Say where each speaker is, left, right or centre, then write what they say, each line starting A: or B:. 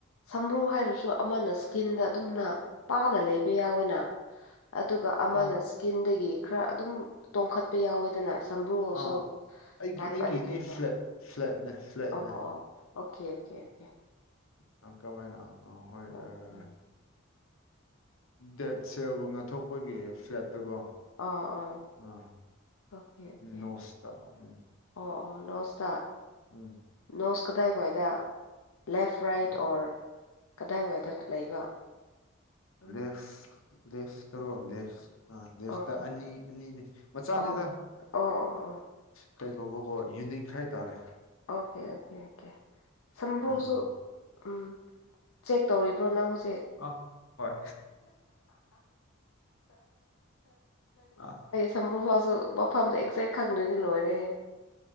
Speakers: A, on the left; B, on the left.
A: ꯁꯝ꯭ꯔꯨ ꯍꯥꯏꯔꯁꯨ ꯑꯃꯅ ꯏꯁꯀꯤꯟꯗ ꯑꯗꯨꯝꯅ ꯄꯥꯅ ꯂꯩꯕ ꯌꯥꯎꯋꯦꯅ ꯑꯗꯨꯒ ꯑꯃꯅ
B: ꯍꯥꯟꯅ
A: ꯏꯁꯀꯤꯟꯗꯒꯤ ꯈꯔ ꯑꯗꯨꯝ ꯇꯣꯡꯈꯠ ꯍꯥꯄ ꯌꯥꯎꯋꯦꯗꯅ ꯁꯝꯕ꯭ꯔꯨꯁꯨ
B: ꯑꯥ ꯑꯩꯒꯤ
A: ꯇꯥꯏꯞ
B: ꯑꯩꯒꯤꯗꯤ
A: ꯑꯅꯤ ꯂꯩꯕ
B: ꯐ꯭ꯂꯦꯠ ꯐ꯭ꯂꯦꯠꯅꯦ ꯐ꯭ꯂꯦꯠꯅꯦ
A: ꯑꯣ ꯑꯣ ꯑꯣꯀꯦ ꯑꯣꯀꯦ ꯑꯣꯀꯦ
B: ꯑ ꯀꯃꯥꯏꯅ ꯑꯥ ꯍꯣꯏ
A: ꯑꯣ
B: ꯑꯥ,
A: ꯎꯝ
B: ꯗꯦꯠ ꯁꯦꯜꯒꯨꯝꯅ ꯊꯣꯛꯄꯒꯤ ꯐ꯭ꯂꯦꯠꯇꯕꯣ
A: ꯑꯥ ꯑꯥ
B: ꯑ
A: ꯑꯣꯀꯦ ꯑꯣꯀꯦ
B: ꯅꯣꯁꯇ ꯎꯝ
A: ꯑꯣ ꯑꯣ ꯅꯁꯇꯥ
B: ꯎꯝ
A: ꯅꯣꯁ ꯀꯗꯥꯏꯋꯥꯏꯗ ꯂꯦꯐ ꯔꯥꯏꯠ
B: ꯎꯝ
A: ꯑꯣꯔ ꯀꯗꯥꯏꯋꯥꯏꯗ ꯂꯩꯕ
B: ꯂꯦ ꯂꯦꯁ ꯇꯔꯣ ꯂꯦꯁ ꯑ ꯂꯦꯐꯇ
A: ꯑꯣ
B: ꯑꯅꯤ ꯑꯅꯤꯅꯤ ꯃꯆꯥꯅꯤꯗ
A: ꯑꯣ ꯑꯣ ꯑꯣ ꯑꯣ
B: ꯀꯩ ꯀꯧꯕꯧꯕꯀꯣ ꯌꯨꯅꯤꯛ ꯍꯥꯏꯇꯥꯔꯦ
A: ꯑꯣꯀꯦ ꯑꯣꯀꯦ ꯑꯣꯀꯦ ꯁꯝꯕꯨꯁꯨꯨ
B: ꯉꯥꯏꯈꯣꯀꯣ
A: ꯎꯝ ꯆꯦꯛ ꯇꯧꯔꯤꯕ꯭ꯔꯣ ꯅꯪ ꯍꯧꯖꯤꯛ
B: ꯑ ꯍꯣꯏ ꯑꯥ
A: ꯊꯝꯝꯕ꯭ꯔꯨ ꯐꯥꯎꯁꯨ ꯃꯐꯝꯗꯣ ꯑꯦꯛꯖꯦꯛ ꯈꯪꯗꯣꯏꯅꯤ ꯂꯣꯏꯔꯦꯍꯦ